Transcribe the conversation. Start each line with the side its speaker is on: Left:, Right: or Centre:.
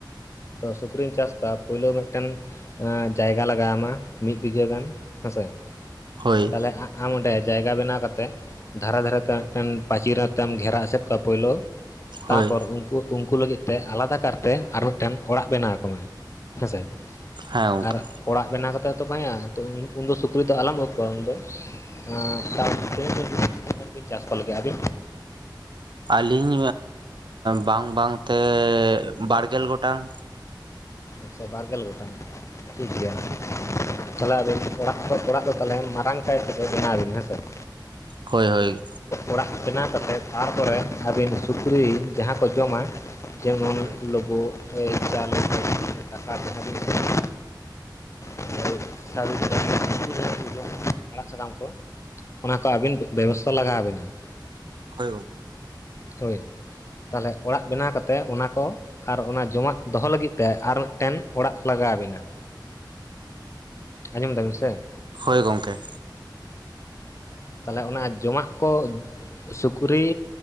Left: ᱛᱚ ᱥᱩᱠᱨᱤᱢ ᱪᱟᱥ ᱠᱚᱭᱟ ᱯᱳᱞᱳ ᱢᱤᱫ ᱴᱮᱱ ᱾ ᱡᱟᱭᱜᱟ ᱞᱟᱜᱟᱣ ᱟᱢᱟ ᱢᱤᱫ ᱵᱤᱜᱷᱟᱹ ᱜᱟᱱ ᱦᱮᱸᱥᱮ ᱾
Right: ᱦᱳᱹᱭ ᱾
Left: ᱛᱟᱦᱚᱞᱮ ᱟᱢ ᱚᱸᱰᱮ ᱡᱟᱭᱜᱟ ᱵᱮᱱᱟᱣ ᱠᱟᱛᱮᱫ ᱾ ᱫᱷᱟᱨᱮ ᱫᱷᱟᱨᱮ ᱛᱮ ᱢᱤᱫ ᱴᱮᱱ ᱯᱟᱸᱪᱤᱨ ᱟᱛᱮᱢ ᱜᱷᱮᱨᱟ ᱮᱥᱮᱫ ᱠᱚᱣᱟ ᱯᱳᱹᱭᱞᱳ ᱛᱟᱨ
Right: ᱦᱳᱭ
Left: ᱯᱚᱨ ᱩᱱᱠᱩ ᱾ ᱩᱱᱠᱩ ᱞᱟᱹᱜᱤᱫᱛᱮ ᱟᱞᱟᱫᱟ ᱠᱟᱨ ᱛᱮ ᱟᱨ ᱢᱤᱫ ᱴᱮᱱ ᱚᱲᱟᱜ ᱵᱮᱱᱟᱣ ᱟᱠᱚ ᱢᱮ ᱦᱮᱸᱥᱮ ᱾
Right: ᱦᱮᱸ ᱜᱚᱝᱠᱮ
Left: ᱟᱨ ᱚᱲᱟᱜ ᱵᱮᱱᱟᱣ ᱠᱟᱛᱮᱫ ᱛᱚ ᱵᱟᱝ ᱦᱩᱸᱭᱩᱜᱼᱟ ᱩᱱᱫᱚ ᱥᱩᱠᱨᱤ ᱫᱚ ᱟᱞᱚᱢ ᱟᱹᱜᱩ ᱠᱚᱣᱟ ᱩᱱᱫᱚ ᱟᱱ ᱪᱟᱥ ᱛᱤᱱᱟᱹᱜ ᱵᱤᱱ ᱪᱟᱥ ᱠᱚ ᱞᱟᱹᱜᱤᱫ ᱟᱹᱵᱤᱱ ᱾
Right: ᱟᱹᱞᱤᱧ ᱵᱟᱝ ᱵᱟᱝ ᱛᱮ ᱵᱟᱨ ᱜᱮᱞ ᱜᱚᱴᱟᱝ ᱾
Left: ᱟᱪᱷᱟ ᱵᱟᱨ ᱜᱮᱞ ᱜᱚᱴᱟᱝ ᱴᱷᱤᱠ ᱜᱮᱭᱟ ᱾ ᱛᱟᱞᱚᱞᱮ ᱟᱹᱵᱤᱱ ᱚᱲᱟᱜ ᱚᱲᱟᱜ ᱠᱚ ᱛᱟᱦᱚᱞᱮ ᱢᱟᱨᱟᱝ ᱠᱟᱭ ᱛᱮ ᱵᱮᱱᱟᱣ ᱵᱤᱱ ᱦᱮᱸ ᱥᱮ ᱾
Right: ᱦᱳᱹᱭ ᱦᱳᱹᱭ ᱾
Left: ᱚᱲᱟᱜ ᱵᱮᱱᱟᱣ ᱠᱟᱛᱮᱫ ᱛᱟᱨᱯᱚᱨᱮ ᱟᱹᱵᱤᱱ ᱥᱩᱠᱨᱤ ᱡᱟᱦᱟᱸ ᱠᱚ ᱡᱚᱢᱟ ᱾ ᱡᱮᱢᱚᱱ
Right: ᱦᱳᱭ
Left: ᱞᱩᱵᱩᱜ ᱮ ᱡᱟᱞᱮ ᱴᱟᱠᱟ ᱵᱤᱱ ᱾ <inaudible> ᱟᱲᱟᱜ ᱥᱟᱠᱟᱢ ᱠᱚ ᱾ ᱚᱱᱟ ᱠᱚ ᱟᱹᱵᱤᱱ ᱵᱮᱵᱚᱥᱛᱷᱟ ᱞᱟᱜᱟᱣ ᱟᱵᱤᱱ ᱟ ᱾
Right: ᱦᱳᱹᱭ ᱜᱚᱝᱢᱠᱮ ᱾
Left: ᱦᱳᱹᱭ ᱛᱟᱦᱚᱞᱮ ᱚᱲᱟᱜ ᱵᱮᱱᱟᱣ ᱠᱟᱛᱮ ᱚᱱᱟ ᱠᱚ ᱾ ᱟᱨ ᱚᱱᱟ ᱡᱚᱢᱟᱜ ᱫᱚᱦᱚ ᱞᱟᱹᱜᱤᱫ ᱛᱮ ᱟᱨ ᱢᱤᱫᱴᱮᱱ ᱚᱲᱟᱜ ᱞᱟᱜᱟᱣ ᱟᱵᱤᱱᱟ ᱾ ᱟᱸᱡᱚᱢ ᱫᱟᱵᱤᱱ ᱥᱮ ᱾
Right: ᱦᱳᱭ ᱜᱚᱢᱠᱮ ᱾
Left: ᱛᱟᱦᱚᱞᱮ ᱚᱱᱟ ᱡᱚᱢᱟᱜ ᱠᱚ ᱾ ᱥᱩᱠᱨᱤ